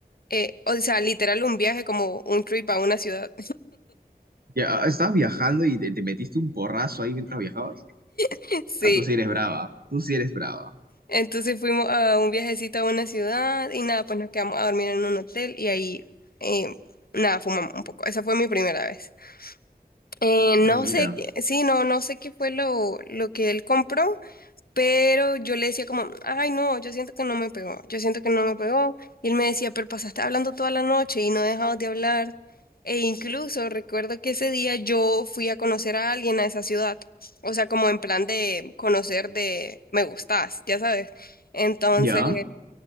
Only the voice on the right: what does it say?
ya estabas viajando y te, te metiste un porrazo ahí mientras viajabas.
Ah, tú sí eres brava, tú sí eres brava.
Ah,
mira.
¿Ya?